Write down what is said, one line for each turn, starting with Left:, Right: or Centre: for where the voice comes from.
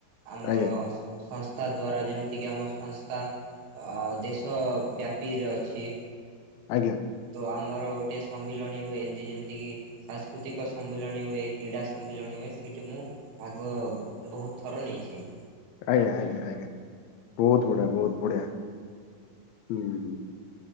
Right: ଆମର
Left: ଆଜ୍ଞା
Right: ସଂସ୍ଥା ଦ୍୍ୱାରା ଯେମିତିକି ଆମ ସଂସ୍ଥା ଦେଶବ୍ୟାପିରେ ଅଛି
Left: ଆଜ୍ଞା
Right: ତ ଆମର ଗୋଟେ ସମ୍ମିଳନୀ ହୁଏ ଏମତି ଯେମିତି କିି ସାଂସ୍କୃତିକ ସମ୍ମିଳନୀ ହୁଏ କ୍ରୀଡ଼ା ସମ୍ମିଳନୀ ହୁଏ ସେଇଠି ମୁଁ ଭାଗ ବହୁତ ଥର ନେଇଛି
Left: ଆଜ୍ଞା ଆଜ୍ଞା ଆଜ୍ଞା ବହୁତ ବଢିଆ ବହୁତ ବଢିଆ ହୁଁ ହୁଁ